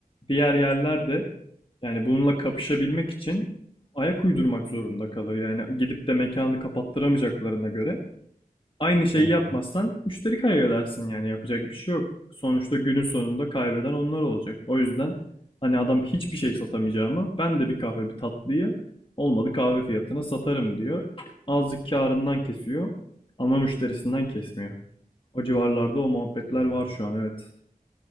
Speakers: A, on the left; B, on the right.
A: Diğer yerler de yani bununla kapışabilmek için ayak uydurmak zorunda kalır. Yani gidip de mekanı kapattıramayacaklarına göre Aynı şeyi
B: Hı hı.
A: yapmazsan müşteri kaybedersin yani yapacak bir şey yok. Sonuçta günün sonunda kaybeden onlar olacak. O yüzden hani adam hiçbir şey satamayacağıma ben de bir kahve bir tatlıyı olmadı kahve fiyatına satarım diyor. Azıcık karından kesiyor ama müşterisinden kesmiyor. O civarlarda o muhabbetler
B: Ya.
A: var şu an evet.